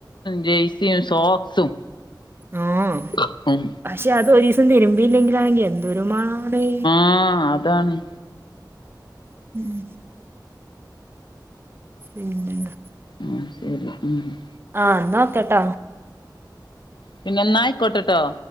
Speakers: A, on the left; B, on the right.
A: ജെയയ്സിയും സോക്സും
B: ഏഹ്
A: <unintelligible> ഉം
B: പക്ഷെ അത് ഒരിസം തിരുമ്പിയില്ലെങ്കിലാണെങ്കില് എന്തൊരുമണാണ്.
A: ആഹ് താണ്-
B: <unintelligible> പിന്നെന്താ?
A: ആഹ് ശരി <unintelligible>
B: ആഹ് ന്നാ ഒക്കെ ട്ടോ
A: പിന്നെന്നായിക്കോട്ടട്ടോ